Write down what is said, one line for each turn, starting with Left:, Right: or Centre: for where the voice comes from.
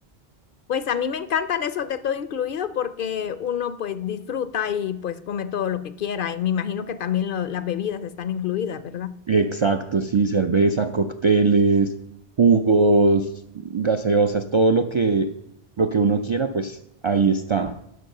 Left: Pues a mí me encantan esos de todo incluido porque uno pues disfruta y pues come todo lo que quiera y me imagino que también lo- las bebidas están incluidas, ¿verdad?
Right: Exacto, sí, cerveza, cócteles, jugos, gaseosas, todo lo que, lo que uno quiera, pues ahí está.